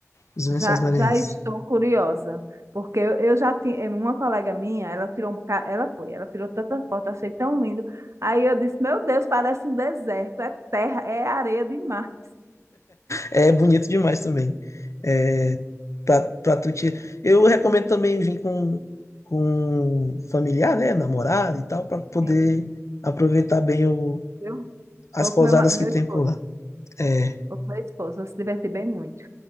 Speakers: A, on the left; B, on the right.
A: Os Lençóis
B: já,
A: Maranhenses.
B: já estou curiosa, porque eu, eu já tinha. Uma colega minha, ela tirou um bocado. Ela foi, ela tirou tanta foto, achei tão lindo. Aí eu disse: Meu Deus, parece um deserto, é terra, é areia de mar.
A: É bonito demais também. É, pra, pra tu te... Eu recomendo também vir com, com familiar, né? Namorado e tal, para poder
B: Sim.
A: aproveitar bem o,
B: Eu
A: as
B: vou
A: pousadas
B: com meu, ma- meu
A: que tem
B: esposo,
A: por lá. É,
B: vou com meu esposo, vou se divertir bem muito.